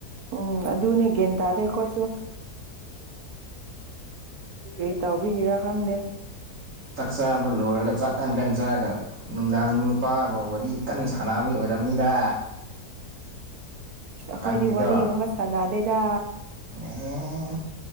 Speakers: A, on the right (about 70°); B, on the right (about 55°).
A: ꯎꯝ ꯑꯗꯨꯅꯦ ꯒꯌꯥꯟ ꯇꯥꯗꯦ ꯑꯩꯈꯣꯏꯁꯨ ꯀꯔꯤ ꯇꯥꯎꯕꯤꯒꯤꯔꯥ ꯈꯪꯗꯦ
B: ꯆꯥꯛ ꯆꯥꯕ ꯂꯣꯏꯔꯒ ꯆꯥꯛ ꯀꯟ ꯀꯟ ꯆꯥꯔꯒ ꯅꯨꯡꯗꯥꯡꯗ ꯅꯨꯄꯥꯒ ꯋꯥꯔꯤ ꯀꯟꯅ ꯁꯥꯟꯅꯕꯒꯤ ꯑꯣꯏꯔꯝꯅꯤꯗ
A: ꯑꯩꯈꯣꯏꯗꯤ
B: ꯀꯪꯉꯤꯗꯣ
A: ꯋꯥꯔꯤꯒꯨꯝꯕ ꯁꯥꯟꯅꯗꯦꯗ
B: ꯑꯦ